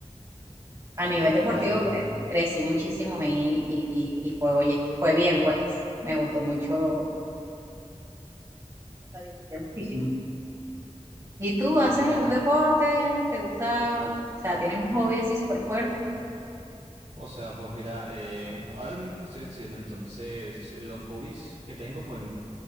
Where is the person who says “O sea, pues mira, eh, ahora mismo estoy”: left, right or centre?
Right